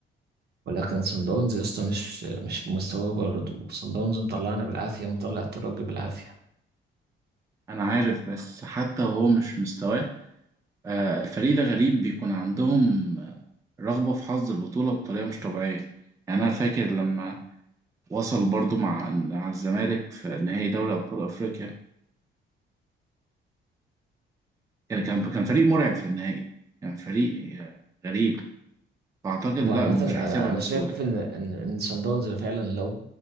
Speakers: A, on the right; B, on the right.
A: ولكن صن داونز يا اسطى مش مش في مستواه برضه صن داونز مطلعنا بالعافيه مطلع الترجي بالعافيه
B: أنا عارف بس حتى وهو مش مستواه آه، الفريق ده غريب بيكون عندهم آه، رغبة في حظ البطولة بطريقة مش طبيعية يعني أنا فاكر لما وصل برضو مع مع الزمالك في نهائي دوري أبطال أفريقيا كان كان كان فريق مرعب في النهائي كان فريق آه، غريب فأعتقد لأ
A: هو عامه
B: إنه مش
A: انا
B: هيسيبها
A: انا
B: بسهولة
A: شايف ان ان ان صن داونز فعلا لو